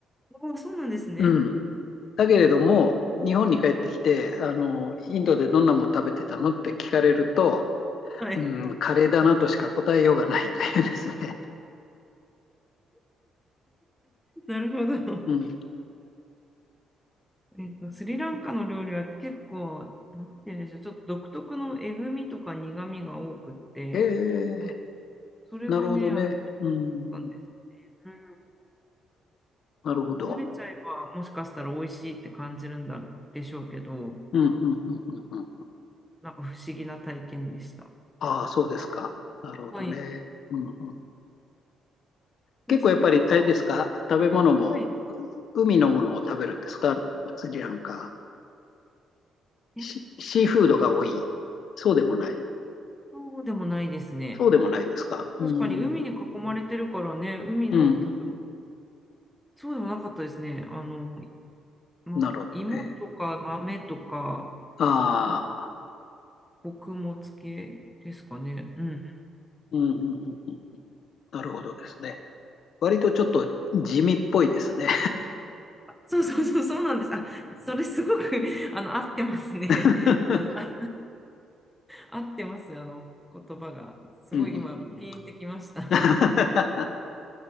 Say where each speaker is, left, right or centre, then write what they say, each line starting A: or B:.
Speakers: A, in the centre; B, on the left (about 65°).
A: ああ、そうなんですね。
B: うん。だけれども、日本に帰ってきて、あの、インドでどんなもの食べてたのって聞かれると、
A: はい。
B: うん、カレーだなとしか答えようがないというですね。
A: なるほど。
B: うん。
A: えっと、スリランカの料理は結構、なんて言うんでしょう、ちょっと独特のえぐみとか苦みが多くって、
B: ええ、
A: それがね、
B: なるほどね。
A: あんまり
B: うん、
A: なんですよ。
B: なるほど。
A: うん、慣れちゃえば、もしかしたら美味しいって感じるんだでしょうけど、
B: うん、うん、うん、うん。うん
A: なんか不思議な体験でした。
B: ああ、そうですか。なるほどね。
A: はい。
B: うん、うん。結構やっぱり、
A: で、スリランカは、
B: あれですか、食べ物も、
A: はい。
B: 海のものを食べるんですかスリランカ。
A: え
B: シ、シーフードが多い。
A: あ
B: そうでもない。
A: そうでもないですね。
B: そうでもないですか。うん、
A: 確かに海に囲まれてるからね、海の食べ物、
B: うん。
A: そうでもなかったですね。あの、ま、
B: なるほどね。
A: 芋とか豆とか、
B: ああ、
A: あ、穀物系ですかね。うん。
B: うん、うん、うん。なるほどですね。割とちょっと地味っぽいですね。
A: そうそうそう、そうなんです。あ、それすごく <laughs> あの、合ってますね。
B: <laughs>
A: <laughs> あの、あ合ってます。あの、言葉が。すごい今、
B: うんうん
A: ピンってきました。
B: <laughs>